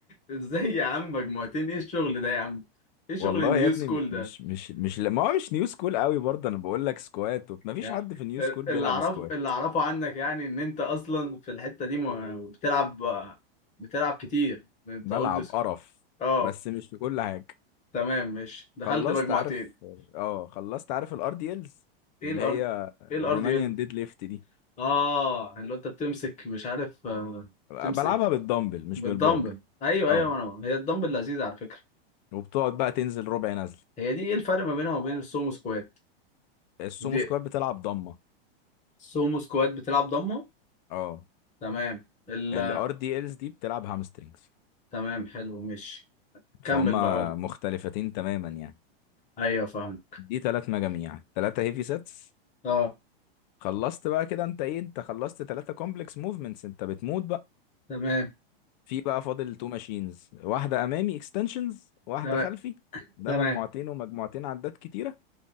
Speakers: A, on the left; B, on the left.
A: ازاي يا عم مجموعتين ايه الشغل ده يا عم ايه شغل
B: والله
A: النيو
B: يا ابني
A: سكول
B: م-
A: ده
B: مش مش مش لا- ما هو مش نيو سكول قوي برضه انا بقول لك سكوات ما فيش
A: يا-
B: حد في نيو سكول
A: اللي
B: بيلعب
A: اعرفه
B: سكوات
A: اللي اعرفه عنك يعني ان انت اصلا في الحتة دي م- بتلعب بتلعب كتير انت
B: ملعب
A: اولد سكول
B: قرف
A: اه
B: بس مش في كل حاجه
A: تمام ماشي دخلت
B: خلصت
A: مجموعتين
B: عارف اه خلصت عارف الار دي الز
A: ايه
B: اللي
A: الارض
B: هي الرومانيان
A: ايه الارض ال
B: ديد ليفت دي
A: اه اللي هو انت بتمسك مش عارف آه،
B: بلعبها
A: بتمسك
B: بالدمبل مش
A: بالدمبل
B: بالبار
A: ايوه
B: اه
A: ايوه انا هي الدمبل لذيذة على فكرة
B: وبتقعد بقى تنزل ربع نزل
A: هي دي ايه الفرق ما بينها وبين السومو سكوات
B: السومو
A: دي
B: سكوات بتلعب ضمه
A: السومو سكوات بتلعب ضمه
B: اه
A: تمام ال...
B: الار دي الز دي بتلعب هامسترينجز
A: تمام حلو ماشي
B: فهما
A: كمل بقى
B: مختلفتين تماما يعني
A: ايوه فاهمك
B: دي تلات مجاميع تلاتة هيفي سيتس
A: اه
B: خلصت بقى كده انت ايه انت خلصت ثلاثة كومبلكس موفمنتس انت بتموت بقى
A: تمام
B: في بقى فاضل تو ماشينز واحدة امامي اكستنشنز واحدة
A: تمام
B: خلفي ده
A: تمام
B: مجموعتين ومجموعتين عدات كتيرة